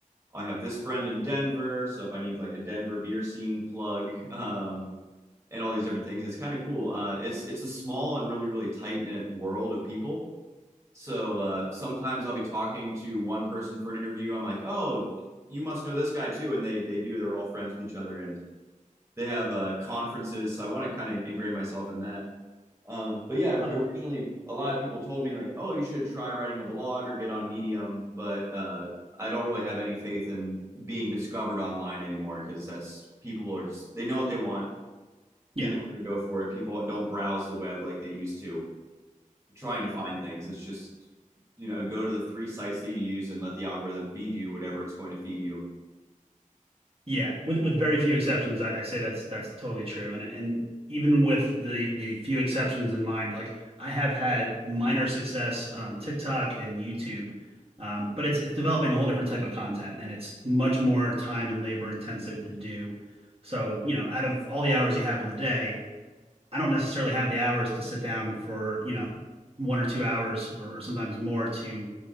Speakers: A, on the right; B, on the right.
A: I have this friend in Denver. So if I need like a Denver beer scene plug, <laughs> um, and all these different things, it's kind of cool. Uh, it's it's a small and really really tight knit world of people so uh, sometimes I'll be talking to one person for an interview. I'm like, oh, you must know this guy too, and they they do. They're all friends with each other, and they have uh, conferences. So I want to kind of ingrain myself in that. Um, but yeah, originally
B: Uh,
A: a lot of people told me like, oh, you should try writing a blog or get on Medium, but uh, I don't really have any faith in being discovered online anymore because that's people are just they know what they want,
B: yeah,
A: they know where to go for it. People don't browse the web like they used to trying to find things. It's just, you know, go to the three sites that you use and let the algorithm feed you whatever it's going to feed you.
B: yeah. With with very few exceptions, I, I say that's that's totally true. And and even with the the few exceptions in mind, like I have had minor success on TikTok and YouTube, um, but it's it's developing a whole different type of content, and it's much more time and labor intensive to do. So, you know, out of all the hours you have in the day, I don't necessarily have the hours to sit down for, you know, one or two hours or, or sometimes more to